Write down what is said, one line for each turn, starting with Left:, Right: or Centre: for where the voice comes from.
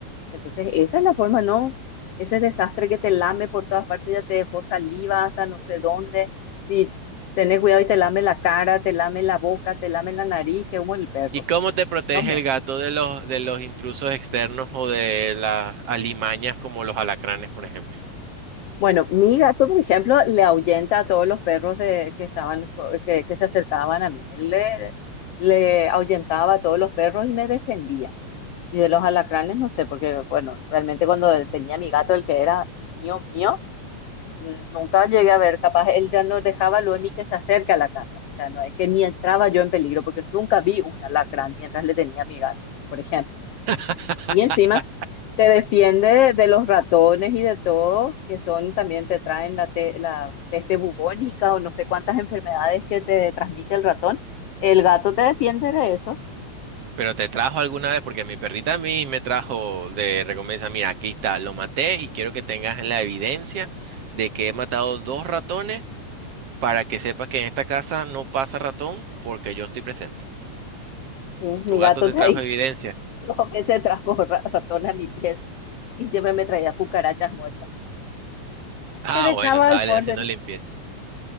Left: Entonces esa es la forma, ¿no? Ese desastre que te lame por todas partes, ya te dejó saliva hasta no sé dónde. Si tenés cuidado y te lame la cara, te lame la boca, te lame la nariz, que humo el perro.
Right: ¿Y cómo te protege
Left: Dios mío.
Right: el gato de los, de los intrusos externos o de las alimañas como los alacranes, por ejemplo?
Left: Bueno, mi gato, por ejemplo, le ahuyenta a todos los perros de, que estaban, co- que, que se acercaban a mí. Él le, le ahuyentaba a todos los perros y me defendía. Y de los alacranes, no sé, porque, bueno, realmente cuando tenía mi gato, el que era mío, mío, mm, nunca llegué a ver, capaz él ya no dejaba lo ni que se acerque a la casa. O sea, no es que ni entraba yo en peligro, porque nunca vi un alacrán mientras le tenía a mi gato, por ejemplo.
Right: <laughs>
Left: Y encima te defiende de, de los ratones y de todo, que son también te traen la, te- la peste bubónica o no sé cuántas enfermedades que te transmite el ratón. El gato te defiende de eso.
Right: Pero te trajo alguna vez, porque mi perrita a mí me trajo de recompensa, mira, aquí está, lo maté y quiero que tengas la evidencia de que he matado dos ratones para que sepas que en esta casa no pasa ratón porque yo estoy presente.
Left: Sí, mi
Right: ¿Tu gato
Left: gato
Right: te
Left: de
Right: trajo
Left: ahí
Right: evidencia?
Left: <laughs> dos veces trajo ra- ratón a mi pies y siempre me traía cucarachas muertas
Right: Ah,
Left: que dejaba
Right: bueno, estaba
Left: al borde.
Right: haciendo
Left: de mi-
Right: limpieza.